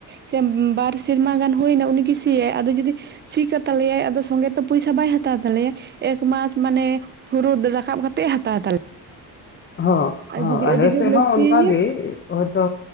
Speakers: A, on the right; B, on the left.
A: ᱥᱮ ᱵᱟᱨ ᱥᱮᱨᱢᱟ ᱜᱟᱱ ᱦᱳᱭᱱᱟ ᱩᱱᱤᱜᱮ ᱥᱤᱭᱟᱭ ᱟᱫᱚ ᱡᱩᱫᱤ ᱥᱤ ᱠᱟᱛᱟᱞᱮᱭᱟᱭ ᱟᱫᱚ ᱥᱚᱸᱜᱮ ᱛᱮ ᱯᱚᱭᱥᱟ ᱵᱟᱭ ᱦᱟᱛᱟᱣ ᱛᱟᱞᱮᱭᱟ ᱮᱠ ᱢᱟᱥ ᱢᱟᱱᱮ ᱦᱩᱲᱩ ᱨᱟᱠᱟᱵ ᱠᱟᱛᱮᱜ ᱦᱟᱛᱟᱣ ᱛᱟᱞᱮ
B: ᱦᱚᱸ
A: ᱟᱨ
B: ᱦᱚᱸ
A: ᱡᱩᱫᱤ
B: ᱟᱞᱮ
A: ᱟᱹᱰᱤ ᱡᱳᱨ
B: ᱥᱮᱫ
A: ᱞᱟᱹᱠᱛᱤᱭᱟᱭᱟ
B: ᱦᱚᱸ ᱚᱱᱠᱟᱜᱮ ᱦᱚᱭᱛᱚ